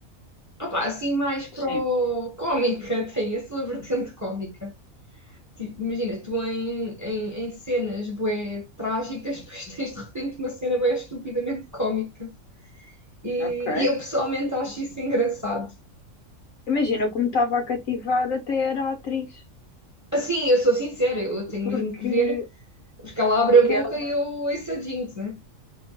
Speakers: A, on the right; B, on the left.
A: Opa, assim mais pro
B: Sim,
A: cómica, <laughs> tem a sua vertente cómica. Tipo, imagina, tu em, em, em cenas bué trágicas, <laughs> depois tens de repente uma cena bué estupidamente cómica. E,
B: ok.
A: e eu pessoalmente acho isso engraçado.
B: Imagina como estava a cativar até era a atriz,
A: Assim, eu sou sincera, eu tenho
B: porque,
A: mesmo que ver, porque ela abre
B: porque
A: a boca
B: ela,
A: e eu ouço a Jinx, né?